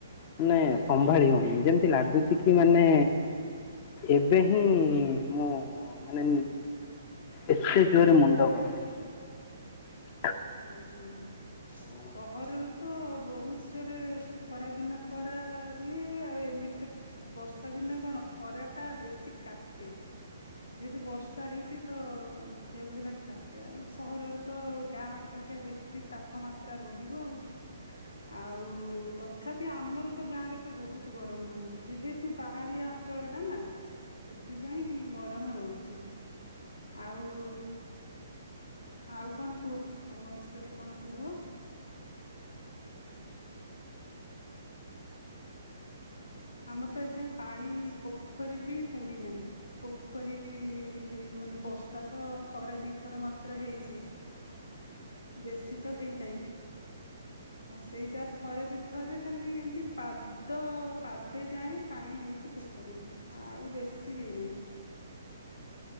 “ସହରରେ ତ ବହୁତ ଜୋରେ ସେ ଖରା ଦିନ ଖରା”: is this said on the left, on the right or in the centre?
Left